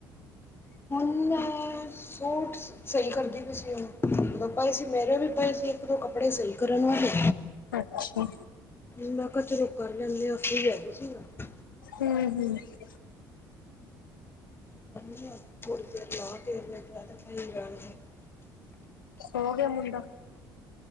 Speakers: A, on the left (about 20°); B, on the left (about 80°).
A: ਹੁਣ ਮੈਂ ਸੂਟ ਸਹੀ ਕਰਦੀ ਪਈ ਸੀ, ਉਹ ਮਤ ਪਏ ਸੀ ਮੇਰੇ ਵੀ ਪਏ ਸੀ ਇੱਕ ਦੋ ਕੱਪੜੇ ਸਹੀ ਕਰਨ ਵਾਲੇ
B: ਅੱਛਾ
A: ਮੈਂ ਕਿਹਾ ਚਲੋ ਕਰ ਲੈਂਨੇ ਹਾਂ, ਫ੍ਰੀ ਹੈਗੀ ਸੀਗੀ ਨਾ
B: <unintelligible>
A: <unintelligible>
B: ਸਹੋ ਗਿਆ ਮੁੰਡਾ